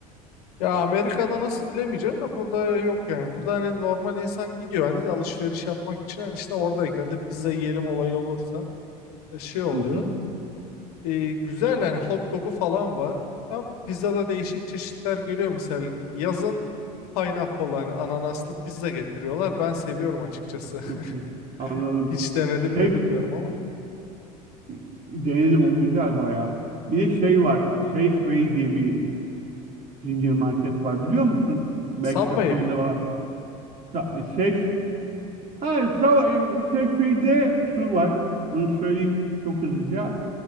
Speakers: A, on the left; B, on the right.
A: Ya Amerika'da nasıl bilemeyeceğim de burada yok yani. Burada hani normal insan gidiyor hani alışveriş yapmak için hani işte oradayken de pizza yiyelim olayı olursa e, şey oluyor.
B: Hı hı.
A: E, güzel yani hot dog'u falan var. Ama pizzada değişik çeşitler geliyor. Mesela yazın pineapple hani ananaslı pizza getiriyorlar. Ben seviyorum açıkçası.
B: Çok şey. Anladım.
A: <laughs> Hiç denedin mi
B: Safe
A: bilmiyorum ama.
B: e, denedim o güzel bayağı. Bir de şey var. Safeway diye bir zincir market var biliyor musun? Belki
A: Subway
B: Japonya'da
A: mi?
B: var. Sa- e, Safe Ha, sava- şey, şeyde şu var. Onu söyleyeyim çok hızlıca.